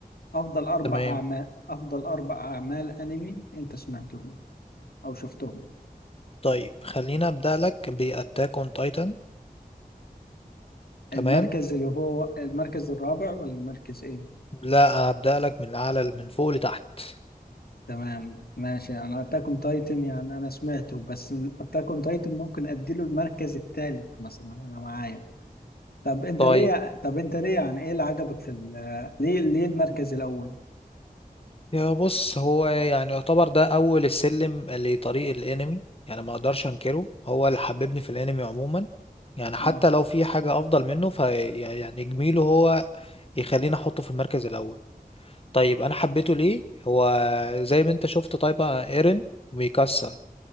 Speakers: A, on the left; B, on the left.
A: افضل اربع
B: تمام
A: اعمال افضل اربع اعمال انمي انت سمعتهم او شفتهم
B: طيب خلينا أبدأ لك بأتاك أون تايتان تمام
A: المركز اللي هو المركز الرابع ولا المركز ايه
B: لا أبدأ لك من أعلى من فوق لتحت
A: تمام ماشي انا اتاك اون تايتن يعني انا سمعته بس اتاك اون تايتن ممكن اديله المركز الثالث مثلا انا معايا طب انت
B: طيب
A: ليه طب انت ليه يعني ايه اللي عجبك في ال... آه، ليه ليه المركز الاول
B: يا بص هو يعني يعتبر ده أول السلم لطريق الأنمي يعني ما أقدرش أنكره هو اللي حببني في الأنمي عموما يعني حتى
A: اه
B: لو في حاجة أفضل منه فيعني جميله هو يخليني أحطه في المركز الأول طيب انا حبيته ليه هو زي ما انت شفت طيب ايرين وميكاسا